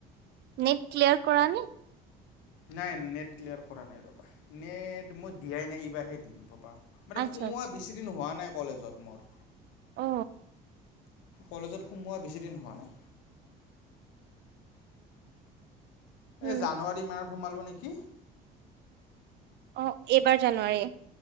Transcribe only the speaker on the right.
নেট ক্লিয়াৰ কৰা নে?
আচ্ছা
আচ্ছা
অ
উম
অ' এইবাৰ জানুৱাৰী?